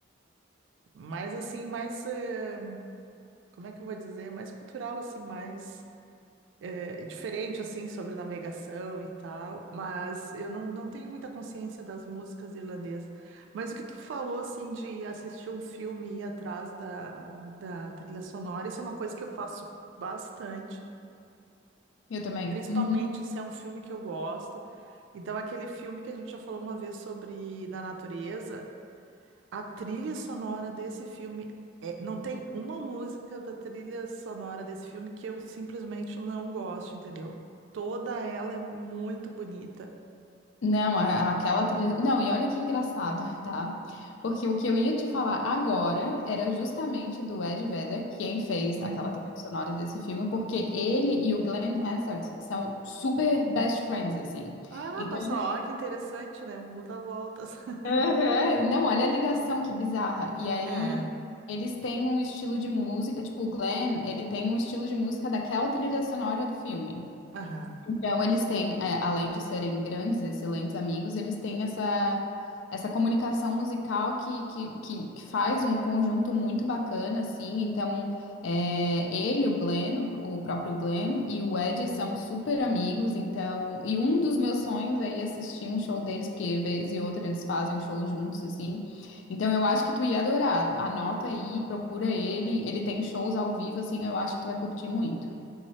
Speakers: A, on the right; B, on the left.
A: mais assim, mais eh, como é que eu vou dizer, é mais cultural, assim, mais eh, diferente, assim, sobre navegação e tal, mas eu não, não tenho muita consciência das músicas irlandesas. Mas o que tu falou, assim, de assistir um filme e ir atrás da, da trilha sonora, isso é uma coisa que eu faço bastante,
B: Eu também.
A: principalmente
B: Uhum.
A: se é um filme que eu gosto. Então, aquele filme que a gente já falou uma vez sobre na natureza. A trilha sonora desse filme é- não tem uma música da trilha sonora desse filme que eu simplesmente não gosto, entendeu? Toda ela é muito bonita.
B: Não, a- aquela trilha. Não, e olha que engraçado, <laughs> tá? Porque o que eu ia te falar agora era justamente do Ed Vedder, quem fez
A: Hum.
B: aquela trilha sonora desse filme, porque ele e o Glenn Hansard são super best friends, assim.
A: Ah,
B: Então,
A: nossa, ó, que interessante, né? O mundo dá voltas. <laughs>
B: Aham, Não, olha a ligação, que bizarra. E aí,
A: É,
B: eles têm um estilo de música, tipo, o Glenn, ele tem um estilo de música daquela trilha sonora do filme.
A: aham.
B: Então, eles têm, é, além de serem grandes, excelentes amigos, eles têm essa, essa comunicação musical que, que, que, que faz um conjunto muito bacana, assim. Então, é, ele, o Glenn, o próprio Glenn, e o Ed são super amigos. Então, e um dos meus sonhos é ir assistir um show deles, porque vez e outra eles fazem show juntos, assim. Então, eu acho que tu ia adorar. Anota aí, procura ele. Ele tem shows ao vivo, assim, eu acho que tu vai curtir muito.